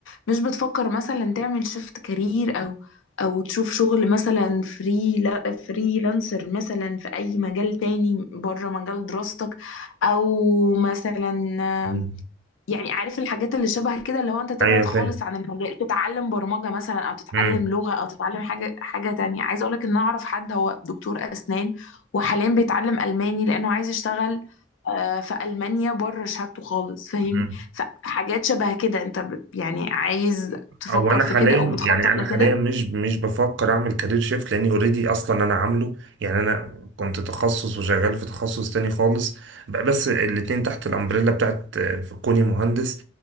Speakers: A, on the left; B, on the right.
A: مش بتفكر مثلا تعمل شيفت كارير أو أو تشوف شغل مثلا فري لا فريلانسر مثلا في أي مجال تاني بره مجال دراستك أو مثلا
B: مم.
A: يعني عارف الحاجات اللي شبه كده اللي هو انت تبعد
B: ايوه
A: خالص عن المجال تتعلم برمجة مثلا او تتعلم
B: فاهم
A: لغة او تتعلم حاجة حاجة تانية عايزة اقولك ان انا اعرف حد هو دكتور اسنان وحاليا بيتعلم الماني لانه عايز يشتغل آه، في المانيا بره شهادته خالص فاهمني
B: امم
A: فحاجات شبه كده انت بت- يعني عايز تفكر
B: هو انا
A: في
B: حاليا
A: كده او بتخطط
B: يعني انا
A: لكده
B: حاليا مش مش بفكر اعمل كارير شيفت لاني اوريدي اصلا انا عامله يعني انا كنت تخصص وشغال في تخصص تاني خالص ب- بس الاتنين تحت الامبريلا بتاعت آه، كوني مهندس